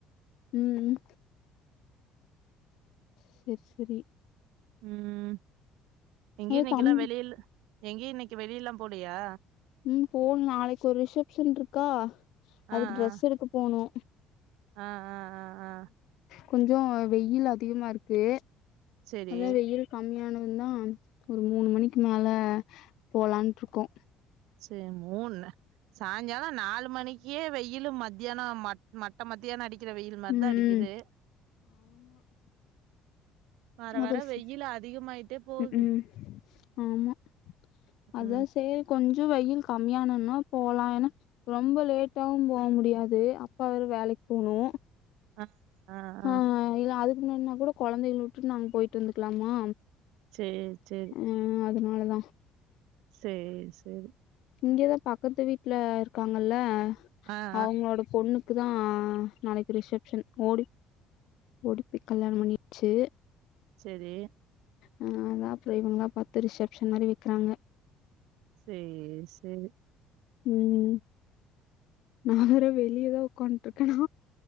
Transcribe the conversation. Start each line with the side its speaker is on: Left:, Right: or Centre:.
Left: ம் ம் சேர் சேரி
Right: ம் எங்கயு
Left: அவ
Right: இன்னக்கி
Left: தம்
Right: எல்லா வெளியில எங்கயு இன்னைக்கி வெளியெல்லா போலயா
Left: ம் போணு நாளைக்கி ஒரு ரிசப்ஷன் இருக்கா அதுக்கு
Right: ஆ
Left: ட்ரெஸ்
Right: ஆ
Left: எடுக்க போணு
Right: ஆ ஆ ஆ ஆ
Left: கொஞ்சோ வெயில் அதிகமா இருக்கு
Right: செரி
Left: அதா வெயில் கம்மியானது தா ஒரு மூணு மணிக்கு மேல போலான்ட்டு இருக்கோ
Right: சரி மூன்ணே சாய்ங்கால நாலு மணிக்கே வெயிலு மத்தியானோ மட் மட்ட மத்தியான அடிக்கிற வெயில் மாரிதா
Left: ம்
Right: அடிக்குது வர
Left: அப்பற
Right: வர
Left: சிஸ்
Right: வெயில் அதிகமாயிட்டே போகுது
Left: ம் ம் ஆமா அதா
Right: ம்
Left: சேரி கொஞ்ச வெயில் கம்மியானோன போலா ஏனா ரொம்ப லேட்டாவு போ முடியாது அப்பா வேற வேலைக்குப் போணு
Right: ஆ ஆ
Left: ஹா
Right: ஆ
Left: ஹா இல்ல அதுக்கு முன்னாடினா கூட கொழந்தைகள விட்டுட்டு நாம போயிட்டு வந்துக்லாமா
Right: சேர் சேரி
Left: ம் அதனால தா
Right: சேர் சேரி
Left: இங்கதா பக்கத்து வீட்ல இருக்காங்கல்ல
Right: ஆ ஆ
Left: அவ்ங்களோடப் பொண்ணுக்கு தா நாளைக்கு ரிசப்ஷன் ஓடி ஓடிப்போய் கல்யாண பண்ணிருச்சு
Right: சேரி
Left: ஆ அதா அப்ற இவ்ங்களா பாத்து ரிசப்ஷன் மாரி வெக்கிறாங்க
Right: சேரி சேரி
Left: ம் ம் நா வேற வெளியதா ஒக்காந்ட்ருக்கனா